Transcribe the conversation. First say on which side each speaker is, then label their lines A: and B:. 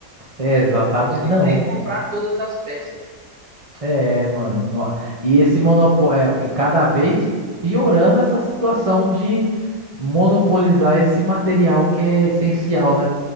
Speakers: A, on the right; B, on the right.
A: É, exatamente.
B: Não consigo
A: Não.
B: nem comprar todas as peças.
A: É, mano. no- E esse monopólio. e cada vez piorando essa situação de monopolizar esse material que é essencial, né?